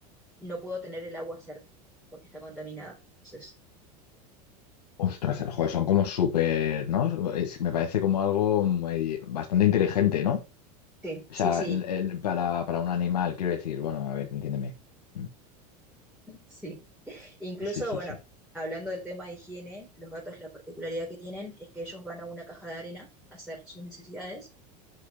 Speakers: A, in the centre; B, on the left.
A: no puedo tener el agua cerca, porque está contaminada. Entonces,
B: Ostras, el juego son como súper, ¿no? Es- me parece como algo eh, bastante inteligente, ¿no?
A: sí,
B: O
A: sí,
B: sea,
A: sí,
B: el- el- para, para un animal, quiero decir, bueno, a ver, entiéndeme. Mm,
A: sí. Incluso,
B: Sí, sí,
A: bueno,
B: sí.
A: hablando del tema de higiene, los gatos la particularidad que tienen es que ellos van a una caja de arena a hacer sus necesidades